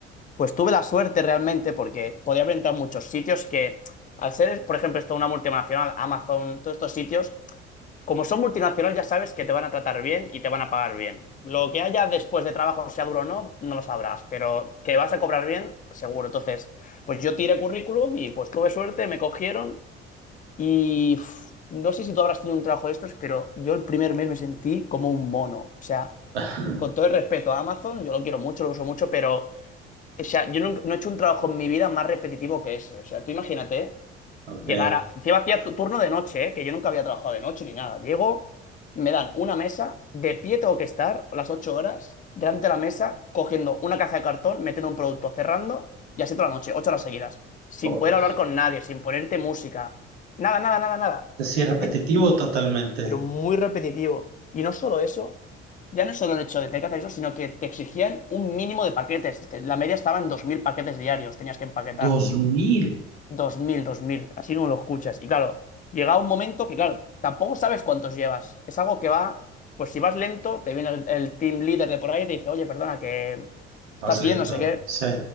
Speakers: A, on the left; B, on the right.
A: Pues tuve la suerte realmente porque podía haber entrado en muchos sitios que, al ser, por ejemplo, esto una multinacional, Amazon, todos estos sitios, como son multinacionales, ya sabes que te van a tratar bien y te van a pagar bien. Lo que haya después de trabajo, sea duro o no, no lo sabrás, pero que vas a cobrar bien, seguro. Entonces, pues yo tiré currículum y pues tuve suerte, me cogieron y uf, no sé si tú habrás tenido un trabajo de estos, pero yo el primer mes me sentí como un mono. O sea,
B: Sí.
A: con todo el respeto a Amazon, yo lo quiero mucho, lo uso mucho, pero o sea, yo no, no he hecho un trabajo en mi vida más repetitivo que ese. O sea, tú imagínate, ¿eh?
B: Ok.
A: Llegar a... Encima hacía tu- turno de noche, ¿eh? Que yo nunca había trabajado de noche ni nada. Llego, me dan una mesa, de pie tengo que estar las ocho horas, delante de la mesa, cogiendo una caja de cartón, metiendo un producto, cerrando, y así toda la noche, ocho horas seguidas. Sin
B: O-
A: poder hablar con nadie, sin ponerte música. Nada, nada, nada, nada.
B: sí,
A: Y,
B: repetitivo
A: eh, y-
B: totalmente.
A: pero muy repetitivo. Y no solo eso, ya no es solo el hecho de tener que hacer eso, sino que te exigían un mínimo de paquetes. Te- La media estaba en 2.000 paquetes diarios, tenías que empaquetar
B: Dos mil
A: dos mil dos mil así como lo escuchas. Y claro, llega un momento que, claro, tampoco sabes cuántos llevas. Es algo que va, pues si vas lento, te viene el, el team leader de por ahí y te dice, oye, perdona, que estás
B: Más lento.
A: bien, no sé qué.
B: Sí.